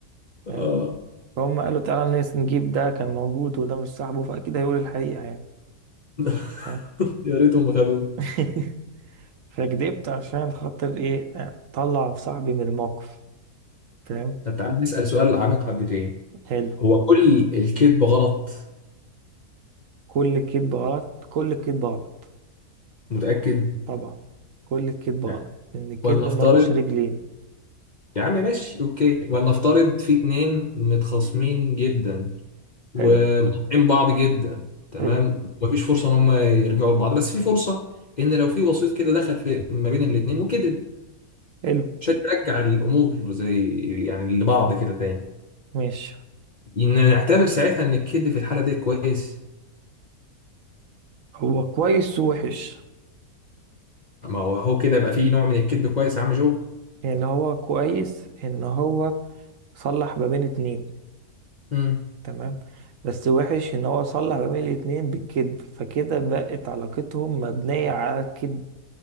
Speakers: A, on the left; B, on the right.
A: اه
B: فاهم فهم قالوا تعالى نس- نجيب ده كان موجود وده مش صاحبه فأكيد هيقول الحقيقة يعني
A: <laughs>
B: اه.
A: يا ريتهم خدوه
B: <laughs> فكدبت عشان خاطر إيه أطلع صاحبي من الموقف فاهم
A: طب تعالى نسأل سؤال عميق حبتين
B: حلو
A: هو كل الكذب غلط
B: كل الكذب غلط كل الكذب غلط
A: متأكد
B: طبعا كل الكذب غلط
A: لا
B: لأن الكذب
A: ولنفترض
B: ملوش رجلين
A: يا عم ماشي اوكي ولنفترض في اتنين متخاصمين جدا ومقاطعين
B: حلو
A: بعض جدا تمام
B: حلو
A: ومفيش فرصه ان هم يرجعوا لبعض بس في فرصه ان لو في وسيط كده دخل في ما بين الاثنين وكده
B: حلو
A: عشان ترجع الامور زي يعني لبعض كده تاني
B: ماشي
A: ان نعتبر ساعتها ان الكذب في الحاله دي كويس
B: هو كويس ووحش
A: ما هو هو كده يبقى في نوع من الكذب كويس يا عم جو
B: يعني هو كويس إن هو صلح ما بين اتنين
A: امم
B: تمام بس وحش ان هو صلح ما بين الاتنين بالكذب فكده بقت علاقتهم مبنية على الكذب